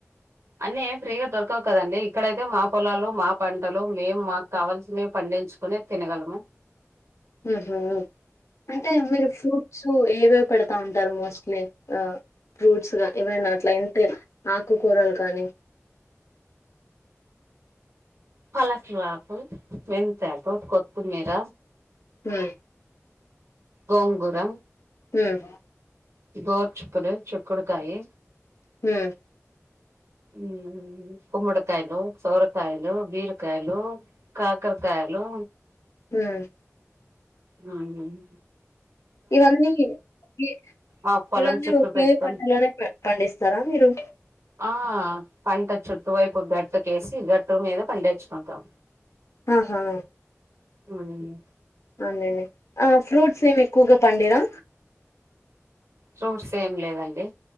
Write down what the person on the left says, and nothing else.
ఉహు అంటే మీరు ఫ్రూట్స్ ఏవేవి పెడతా ఉంటారు మోస్ట్లీ ఆ ఫ్రూట్స్ గా ఏవైనా అట్లా ఇంటే ఆకుకూరలు కానీ
ఉమ్
ఉమ్
ఉమ్
ఉమ్
ఇవన్నీ ఒకే
ఇవన్నీ
ఒకే
పంటలోనే పండిస్తారా మీరు
ఆహా
అవును లేండి ఆ ఫ్రూట్స్ ఏమి ఎక్కువగా పండిరా